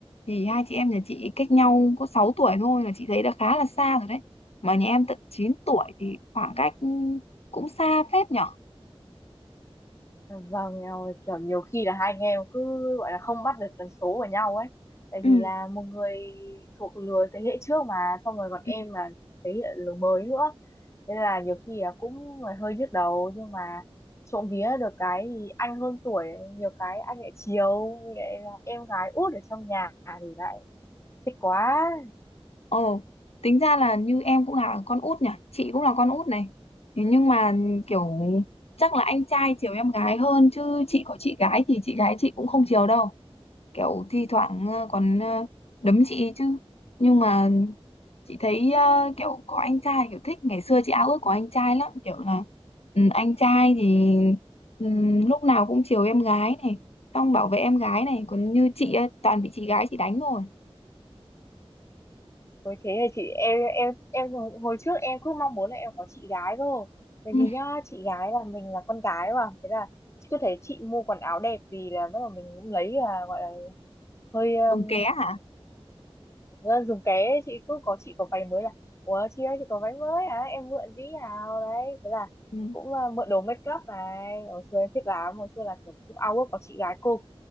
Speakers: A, on the left; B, on the left.
A: thì hai chị em nhà chị cách nhau có 6 tuổi thôi là chị thấy đã khá là xa rồi đấy. Mà nhà em tận 9 tuổi thì khoảng cách cũng xa phết nhở?
B: Vâng, nhau- kiểu nhiều khi là hai anh em cứ gọi là không bắt được tần số của nhau ấy. Tại
A: Ừ.
B: vì là một người thuộc lứa thế hệ trước mà, xong rồi còn em
A: ừ.
B: là thế hệ lứa mới nữa. Thế là nhiều khi là cũng là hơi nhức đầu, nhưng mà trộm vía được cái thì anh hơn tuổi, nhiều cái anh lại chiều, lại là em gái út ở trong nhà thì lại thích quá.
A: Ồ, tính ra là như em cũng là con út nhỉ, chị cũng là con út này. Thế nhưng mà kiểu chắc là anh trai chiều em gái hơn chứ chị có chị gái thì chị gái chị cũng không chiều đâu. Kiểu thi thoảng ờ, còn ờ, đấm chị chứ. Nhưng mà chị thấy ờ, kiểu có anh trai kiểu thích ngày xưa chị ao ước có anh trai lắm, kiểu là ừ, anh trai thì ừ, lúc nào cũng chiều em gái này, xong bảo vệ em gái này, còn như chị ấy, toàn bị chị gái chị đánh rồi.
B: Ôi thế thì chị em em em hồi hồi trước em cứ mong muốn là em có chị gái cơ tại
A: Ừ,
B: vì nhá chị gái là mình là con gái mà thế là cứ thấy chị mua quần áo đẹp vì là bắt đầu mình cũng lấy là gọi là hơi um,
A: dùng ké hả?
B: à, dùng ké ấy. chị cứ có chị có váy mới là ủa chị ơi chị có váy mới à em mượn tí nào đấy thế là
A: Ừ.
B: cũng à, mượn đồ make up này hồi xưa em thích lắm hồi xưa là kiểu cũng ao ước có chị gái cô